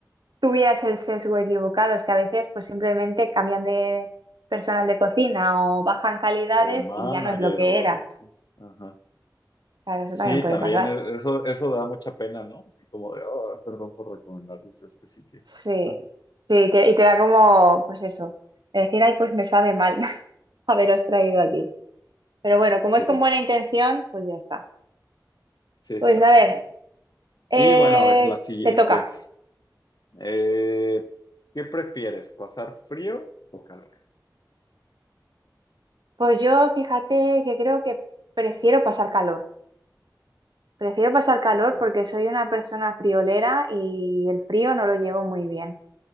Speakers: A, on the right; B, on the left.
A: tuvieras el sesgo equivocado, es que a veces pues simplemente cambian de personal de cocina o bajan calidades
B: O de manager
A: y ya no es lo que
B: o
A: era.
B: algo así. Ajá.
A: Claro, eso
B: Sí,
A: también puede
B: también
A: pasar.
B: e- eso, eso da mucha pena, ¿no? Así como de, oh, perdón por recomendarles este sitio.
A: Sí,
B: <laughs>
A: sí, y te, y te da como, pues eso, de decir, ay, pues me sabe mal <laughs> haberos traído aquí. Pero bueno, como
B: Sí,
A: es con buena intención, pues ya está.
B: sí, exacto.
A: Pues a ver, eh,
B: Y bueno, a ver, la siguiente.
A: te toca.
B: Eh, ¿qué prefieres? ¿Pasar frío o calor?
A: Pues yo fíjate que creo que prefiero pasar calor. Prefiero pasar calor
B: ¿De verdad?
A: porque soy una persona friolera y el frío no lo llevo muy bien.